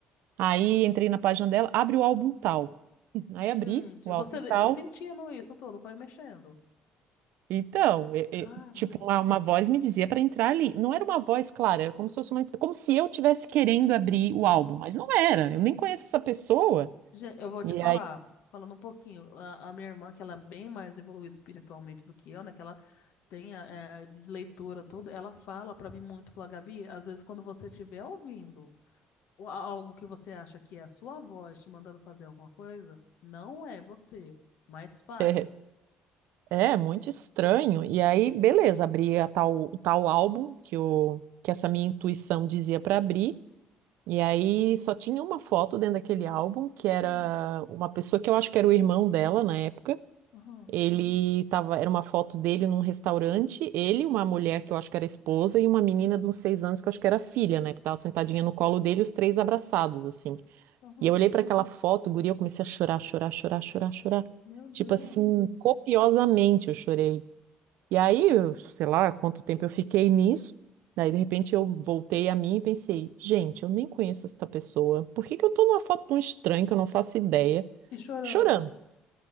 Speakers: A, on the right; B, on the left.
A: Aí entrei na página dela, abre o álbum tal. Aí
B: Gente,
A: abri o
B: você
A: álbum tal.
B: eu sentindo isso tudo, foi mexendo.
A: Então, e-
B: Cara,
A: e, tipo, uma, uma voz me dizia para entrar ali. Não era uma voz, clara era como se fosse uma, como se eu tivesse querendo abrir
B: sim.
A: o álbum, mas não era. Eu nem conheço essa pessoa.
B: Gente, eu vou
A: E
B: te falar,
A: aí,
B: falando um pouquinho, a, a minha irmã, que ela é bem mais evoluída espiritualmente do que eu, né? Que ela tem a, é, de leitura, tudo, ela fala pra mim muito, fala, Gabi, às vezes quando você estiver ouvindo o- a- algo que você acha que é a sua voz te mandando fazer alguma coisa, não é você, mas faz.
A: é, é muito estranho. E aí, beleza, abri a tal, o tal álbum que o que essa minha intuição dizia para abrir. E aí só tinha uma foto dentro daquele álbum, que era
B: Hum,
A: uma pessoa que eu acho que era o irmão dela na época.
B: aham,
A: Ele tava, era uma foto dele num restaurante, ele, uma mulher que eu acho que era esposa, e uma menina de uns seis anos que eu acho que era filha, né? Que tava sentadinha no colo dele, os três abraçados, assim.
B: aham,
A: E eu olhei para aquela foto, guria, eu comecei a chorar, chorar, chorar, chorar, chorar.
B: meu Deus.
A: Tipo assim, copiosamente eu chorei. E aí, eu, sei lá quanto tempo eu fiquei nisso. Daí, de repente, eu voltei a mim e pensei, gente, eu nem conheço esta pessoa. Por que que eu tô numa foto de um estranho que eu não faço ideia?
B: E chorando.
A: chorando?